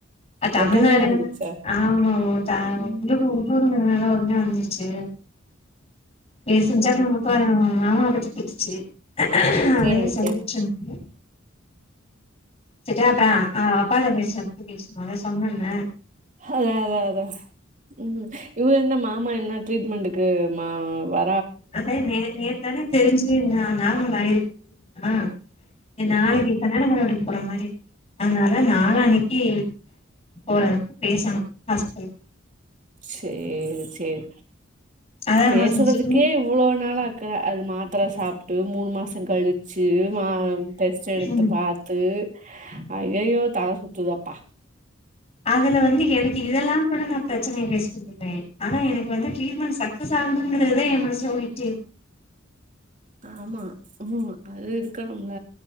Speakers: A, on the left; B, on the right.
A: அ தமிழ்நாடு
B: ஒடனே வந்துச்சா
A: அன்ன ஆமா ஓ
B: ம்
A: <unintelligible> டூருங்குறனாலா ஒட்னே வந்துருச்சு பேசுஞ்சு
B: ம்
A: அப்பறோ முத்துவாரே மாமாவ மாமாவ பத்தி கேட்டுச்சு அதையு
B: சேரி
A: சொல்ட்டுருந்தே
B: சேரி
A: சிட்டே அப்பறோ ஆ அப்பாட்ட பேசுறதுக்கு பேசணு அத சொன்னேன்னு
B: அதா அதா அதா ம் இவுக என்ன மாமா என்ன ட்ரீட்மெண்டக்கு மா வா
A: அதா நே நேத்து தானே தெரிஞ்சு நா நார்மல் ஆயிருக்குது ஆ ஏ நாளக்கி
B: ம்
A: கல்யாணக்கார வீட்டுக்கு போற மாரி இருக் அதுனால நாளானக்கி போற பேசணு ஹாஸ்பிட்டலுக்கு
B: சேரி சேரி
A: அதா
B: பேசுறதுக்கே
A: அம்மா சொன்னுச்சு
B: இவ் எவ்ளோ நாளாக்குற அது மாத்துர சாப்ட்டு மூணு மாசங் கழுச் ச்சு மா டெஸ்ட் எடுத்து
A: ம்
B: பாத்து அய்யய்யோ தல சுத்துதப்பா
A: அதுல வந்து எனக்கு இதல்லா கூட நா ப்ரச்சனைய பேஷ் பண்ணிப்பே ஆனா எனக்கு வந்து ட்ரீட்மெண்ட் சக்சஸ் சஸ் ஆகணுங்குறது தா எ மனசுல ஓடிட்டே இருக்
B: ஆமா ம் அது இருக்கணும்ல